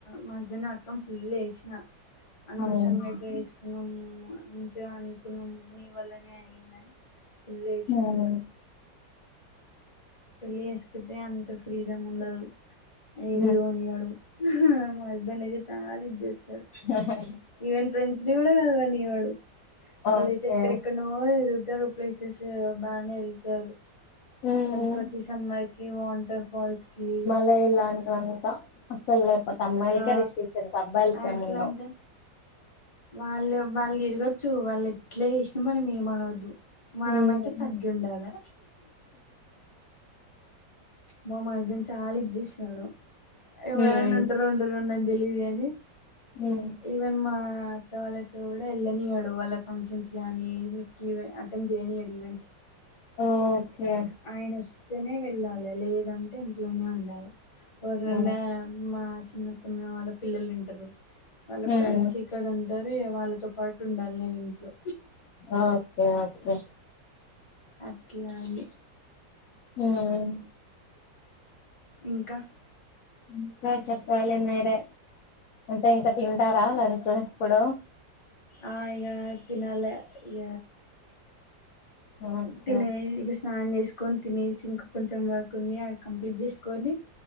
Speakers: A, on the left; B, on the left.
A: మా హస్బెండ్‌ని పట్టుకొని ఫుల్ ఏడ్చిన అనవసరంగా
B: అవునవును
A: ఇట్లా చేసుకున్నాం మంచిగా అనుకున్నాం నీ వల్లనే అయ్యిందని ఫుల్ ఏడ్చినా
B: ఉమ్
A: ఇగ పెళ్లి చే కుంటే అంతా ఫ్రీడం ఉండదు ఎడికి
B: ఉమ్,
A: పోనియడు ఆహా మా హస్బెండ్ అయితే చాలా ఇది చేస్తాడు
B: హా
A: ఈవెన్ ఫ్రెండ్స్‌ని కూడా కలవనియ్యాడు
B: ఓకే
A: వాళ్ళు అయితే ఎక్కడే ఎక్కనో తిరుగుతారు ప్లేసెస్ బానే ఎళ్తారు
B: ఉమ్
A: ప్రతి సమ్మర్‌కి వాంటర్ ఫాల్స్‌కి
B: లే ఇలాంటి వంతా పెళ్లయిపోతే అమ్మాయిలకే
A: ఆ
B: రిస్ట్రిక్షన్స్ అబ్బాయిలకేం
A: ఎట్లా
B: ఉండవు
A: అంటే వాళ్ళు వాళ్ళు తిరగచ్చు వాళ్ళు ఎట్లా చేసినా మనం ఏమనద్దు మనమైతే
B: ఉమ్
A: తగ్గి ఉండాలి మా మా హస్బెండ్ చాలా ఇది చేస్తాడు ఎవరైనా
B: ఉమ్
A: ఉంటారో ఉండరో నాకు తెలియదు కాని
B: ఉమ్మ్
A: ఈవెన్ మా అత్త వాళ్ళతో కూడా ఎళ్ళనీయడు వాళ్ళ ఫంక్షన్స్ గానీ కివే అటెంట్ చెయ్యనీయడు ఈవెంట్స్‌
B: ఓకే
A: ఆయన వస్తేనే వెళ్ళాలే లేదంటే ఇంట్లోనే ఉండాలా ఓరి నన్న
B: ఉమ్
A: మా చిన్నత్తమ్మయ్య వాళ్ళ పిల్లలు ఈంటారు వాళ్ళ
B: ఉమ్
A: కొ చీక్కగ ఉంటారు ఇగ వాళ్ళతో పాటు ఉండాలి నేను ఇంట్లో
B: ఓకే ఓకే
A: అట్లా అని
B: ఉమ్మ్
A: ఇంకా
B: ఇంకా చెప్పాలి మీరే అంతే ఇంకా తింటారా లంచ్ ఇప్పుడు
A: ఆ ఇగ తినలే ఇగ
B: ఓకే
A: తినే ఇగ స్నానం చేసుకొని తినేసి ఇంకా కొంచెం వర్క్ ఉంది అది కంప్లీట్ చేసుకొని